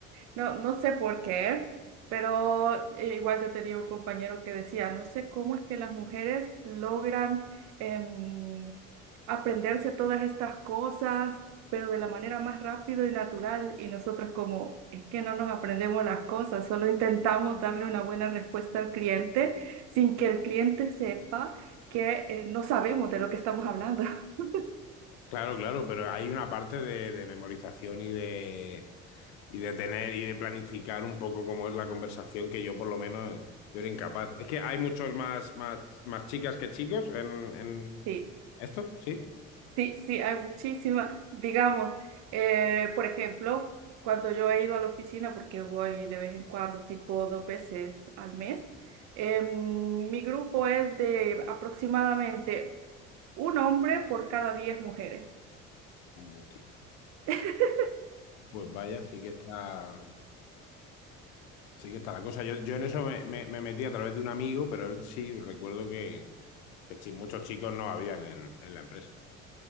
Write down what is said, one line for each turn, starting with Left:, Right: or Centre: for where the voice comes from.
Right: No, no sé por qué, pero eh, igual yo tenía un compañero que decía, no sé cómo es que las mujeres logran em, aprenderse todas estas cosas, pero de la manera más rápido y natural, y nosotros como, es que no nos aprendemos las cosas, solo intentamos darle una buena respuesta al cliente sin que el cliente sepa que eh, no sabemos de lo que estamos hablando. <laughs>
Left: Claro, claro, pero hay una parte de, de memorización y de y de tener y de planificar un poco cómo es la conversación que yo por lo menos yo era incapaz. Es que hay muchos más, más, más chicas que chicos en, en
Right: Sí.
Left: esto, ¿sí?
Right: Sí, sí, hay muchísimas. Digamos, eh, por ejemplo, cuando yo he ido a la oficina, porque voy de vez en cuando, tipo dos veces al mes, em, mi grupo es de aproximadamente un hombre por cada diez mujeres.
Left: Hostia.
Right: <laughs>
Left: Pues vaya, sí que está, sí que está la cosa. Yo, yo en eso me, me- me metí a través de un amigo, pero él sí, recuerdo que, que chi- muchos chicos no habían en, en la empresa.